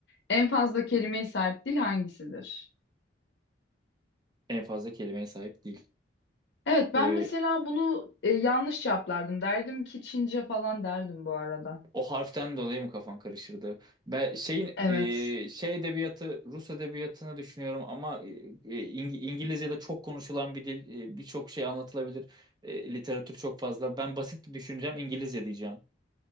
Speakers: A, on the left; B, on the right.
A: En fazla kelimeye sahip dil hangisidir?
B: En fazla kelimeye sahip değil.
A: Evet ben
B: E,
A: mesela bunu e, yanlış cevaplardım. Derdim ki Çince falan derdim bu arada.
B: O harften dolayı mı kafan karışırdı? Ben şeyin
A: Evet.
B: e, şey edebiyatı Rus edebiyatını düşünüyorum ama e, e, İng- İngilizce'de çok konuşulan bir dil, e, birçok şey anlatılabilir. E, literatür çok fazla. Ben basit düşüneceğim İngilizce diyeceğim.